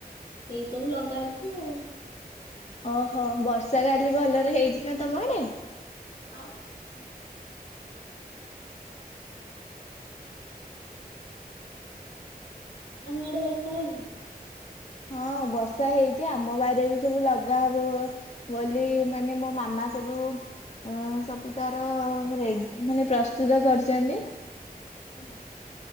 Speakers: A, on the left; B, on the left.
A: ଏଇ ସବୁ ଲଗା ହେଇଛି ଆଉ।
B: ଓହୋ ବର୍ଷା କାଲି ଭଲରେ ହେଇଛି ନା ତମ ଆଡେ?
A: <unintelligible> ଆମ ଆଡେ ବର୍ଷା ହଉଛି।
B: ହଁ ବର୍ଷା ହେଇଛି ଆମ ବାରିରେ ବି ସବୁ ଲଗା ହବବ ବୋଲି-ଇ-ଇ ମାନେ ମୋ ମାମା ସବୁ ଅ-ଅ ସବୁ ତାର-ଅ-ଅ ରେଡ୍ ମାନେ ପ୍ରସ୍ତୁତ କରିଛନ୍ତି।
A: ହୁଁ।